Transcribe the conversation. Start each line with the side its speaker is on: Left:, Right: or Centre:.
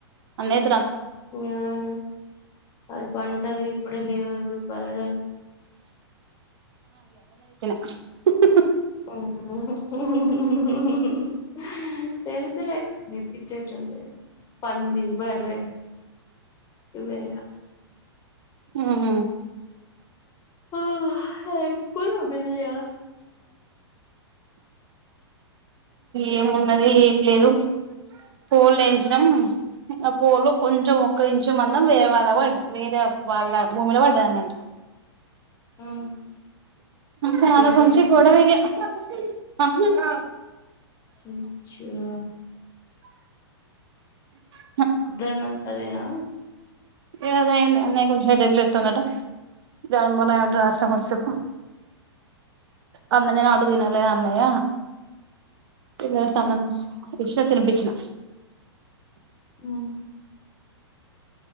Right: అన్నయ్య
Left: న అది పంటది ఇప్పుడే లేవదు బరద
Right: అ
Left: ఊహూ ఊహూ ఊహూ తెలుసులే ఎప్పుడు ఇచ్చే చోటే పంది బర్రే ఇవ్వే
Right: హు హు
Left: కహు అయిపోదు మిదిగా
Right: ఏమున్నది ఏం లేదు పోలు వే ల్యించడం ఆ పోలు కొంచెం ఒక్క ఇంచు మందం వేరే వాళ్ళ ప వేరే వాళ్ళ భూమిలో పడ్డారు అన్నట్
Left: ఉమ్
Right: దాని
Left: గొడవ
Right: గురించి
Left: అయితుంది
Right: గోడవిగా అస్తున్నా
Left: హు వచ్చా
Right: ఆ
Left: పొద్దున పదేనా
Right: ఏ అదే అయ్యింది అన్నయ కొచ్చేతట్ల వతున్నా జ మ రా కొం చె అన్నదేనా అంట తినాల అన్నయ ఇ సమన్ ఇషత్త్ తినిపించిన
Left: ఉ